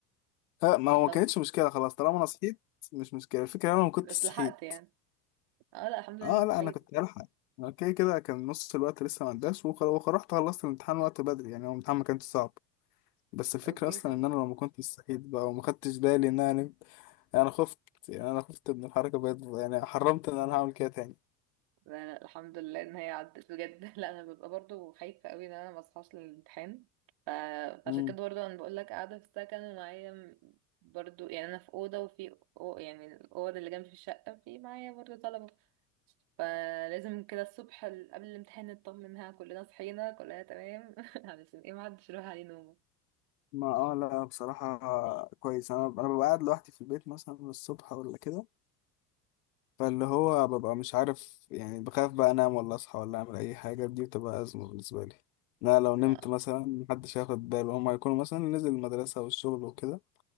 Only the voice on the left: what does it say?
ها ما هو ما
كانتش مشكلة خلاص طالما أنا صحيت مش مشكلة الفكرة أنا ما كنتش
صحيت
اه
لا
أنا كنت هلحق أنا كده كده كان نص الوقت لسه ما عداش وخ- ورحت خلصت الامتحان وقت بدري يعني هو الامتحان ما كانش صعب بس الفكرة
أصلا
إن أنا لو ما كنتش صحيت بقى وما خدتش بالي إن أنا انا خفت يعني انا خفت من الحركه بجد يعني حرمت ان انا هعمل كده تاني
مم.
ما اه لا بصراحه كويس انا انا ببقى قاعد لوحدي في البيت مثلا الصبح ولا كده فاللي هو ببقى مش عارف يعني بخاف بقى انام ولا اصحى ولا اعمل اي حاجه دي بتبقى ازمه بالنسبه لي لا لو
نمت مثلا محدش هياخد باله هما هيكونوا مثلا نزل المدرسه والشغل وكده